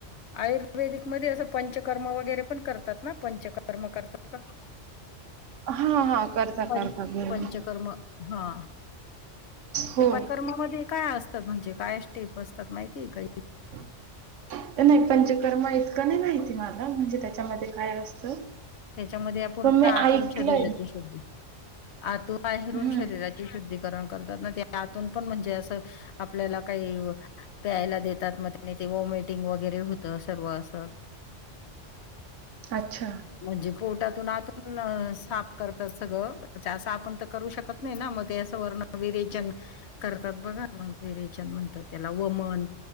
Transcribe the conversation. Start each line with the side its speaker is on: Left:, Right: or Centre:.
Left: आयुर्वेदिकमध्येध्ये असं पंचकर्म वगैरे पण करतात ना पंचकर्म करतात.
Right: हा हा करता
Left: पं
Right: करता गरबी
Left: पंचकर्म हा.
Right: हो.
Left: ते पण कर्मामध्ये काय असतात म्हणजे काय स्टेप असतात माहितीय का?
Right: नाही पंचकर्मा इतकं नाही माहिती मला म्हणजे त्याच्यामध्ये काय असतं?
Left: त्याच्यामध्ये पूर्ण
Right: पण मी
Left: आतून
Right: ऐकलंय
Left: शरीराची शोधी आ तू बाहेरून
Right: हम्म
Left: शरीराची शुद्धी करम करतात ना ते आतून पण म्हणजे असं आपल्याला काही प्यायला देतात म तेनी ते ओमिटिंग वगैरे होतं सर्व असं
Right: अच्छा.
Left: म्हणजे पोटातून आतून साप करतात सगळं त्या असं आपण तर करू शकत नाही ना मग ते ण विरेचन करतात बघा. विरेचन म्हणतात त्याला वमन